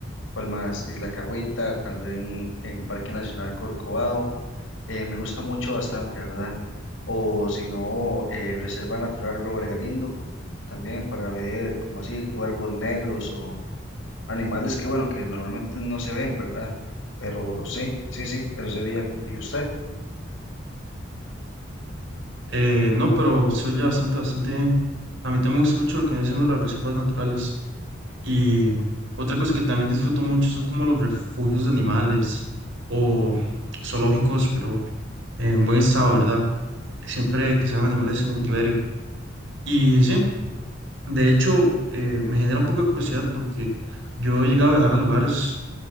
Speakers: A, on the left; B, on the right.
A: ¿cuál más? Isla Cahuita, tal vez en, en Parque Nacional Corcovado. eh, me gusta mucho bastante, ¿verdad? O si no, eh, Reserva Natural Robert Galindo, también para ver como así cuervos negros o Animales que, bueno, que normalmente no se ven, ¿verdad? Pero sí, sí, sí, eso sería. ¿Y usted?
B: Eh, no, pero se oye bastante, bastante bien. A mí también me gusta mucho lo que vienen siendo las reservas naturales. Y otra cosa que también disfruto mucho son como los refugios de animales o zoológicos, pero en buen estado, ¿verdad? Siempre que sean animales en cautiverio. Y sí, de hecho, eh, me genera un poco de curiosidad porque yo he llegado a viajar a lugares